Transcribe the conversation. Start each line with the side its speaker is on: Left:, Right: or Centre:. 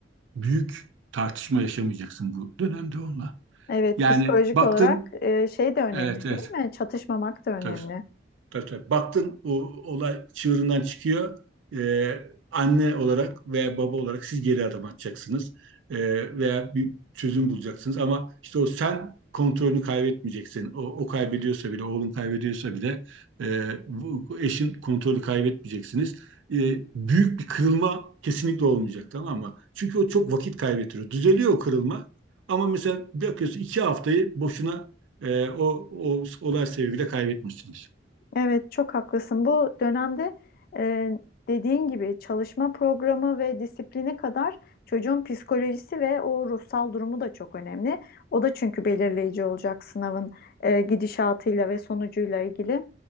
Right: büyük tartışma yaşamayacaksın bu dönemde onunla.
Left: evet
Right: Yani
Left: psikolojik
Right: baktın
Left: olarak e, şey de önemli
Right: evet evet
Left: değil mi? Çatışmamak da önemli.
Right: Tabii, tabii, tabii. Baktın o olay çığırından çıkıyor. Ee, anne olarak veya baba olarak siz geri adım atacaksınız. Ee, veya bir çözüm bulacaksınız. Ama işte o sen kontrolünü kaybetmeyeceksin. O, o kaybediyorsa bile, oğlun kaybediyorsa bile e, bu- bu eşin kontrolü kaybetmeyeceksiniz. Ee, büyük bir kırılma kesinlikle olmayacak tamam mı? Çünkü o çok vakit kaybettiriyor. Düzeliyor o kırılma. Ama mesela bakıyorsun iki haftayı boşuna e, o, o olay sebebiyle kaybetmişsiniz.
Left: Evet, çok haklısın. Bu dönemde e, dediğin gibi çalışma programı ve disipline kadar çocuğun psikolojisi ve o ruhsal durumu da çok önemli. O da çünkü belirleyici olacak sınavın e, gidişatıyla ve sonucuyla ilgili.